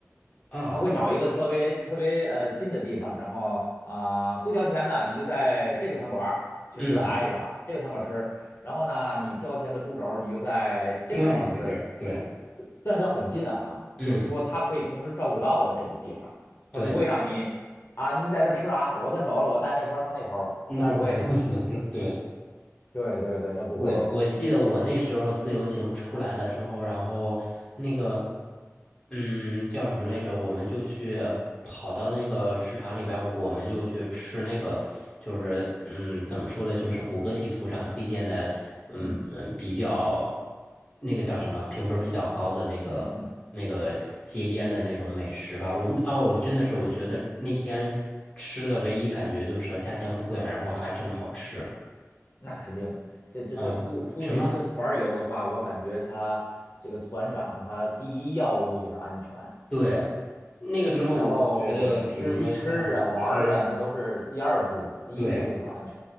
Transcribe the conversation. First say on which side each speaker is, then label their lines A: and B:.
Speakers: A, on the left (about 15°); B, on the left (about 50°).
A: 啊，
B: 他会找一个特别特别呃近的地方，然后啊、不交钱呢，你就在这个餐馆儿，其实就得挨着啊，
A: 嗯，
B: 这个餐馆儿吃。然后呢，你交钱的猪肘儿，你就在这个餐馆吃；
A: 另外一个地儿，对，
B: 但是很近啊，
A: 嗯
B: 就是说他可以同时照顾到的这种地方，他不会让你啊，
A: 对，
B: 你在这吃啊，我先走了，我带那团儿上那头他不会的。
A: 那肯定不行，<laughs> 对，
B: 对对对，他不会的。
A: 我我记得我那时候自由行出来了之后，然后那个，嗯，叫什么来着？我们就去跑到那个市场里边儿我们就去吃那个，就是嗯，怎么说呢？就是谷歌地图上推荐的，嗯嗯，
B: 嗯
A: 比较那个叫什么评分比较高的那个那个街边的那种美食吧。
B: 嗯嗯，
A: 我们哦，真的是我觉得那天吃的唯一感觉就是价钱不贵啊，然后还真的好吃。
B: 那肯定的。这这这出出去跟团儿游的话，
A: 嗯。什么？
B: 我感觉他这个团长他第一要务就是安全，
A: 对，那个时候我觉得，
B: 然后至于吃啊玩儿啊，
A: 比如说像吃，
B: 那都是第二步了，第一步就是安全。
A: 对